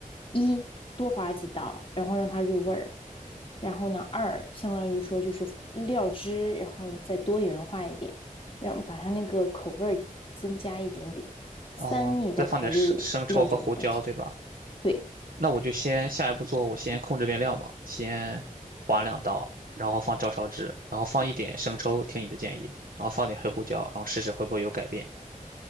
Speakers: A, on the left (about 40°); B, on the right (about 80°).
A: 一多划几刀，然后让它入味儿，然后呢二相当于说就是料汁，然后再多元化一点，让把它那个口味儿增加一点点，三你再考虑料酒的问题。
B: 哦，再放点生生抽和胡椒，对吧？
A: 对
B: 那我就先下一步做，我先控制变量嘛，先划两刀，然后放照烧汁，然后放一点生抽，听你的建议，然后放点黑胡椒，然后试试会不会有改变。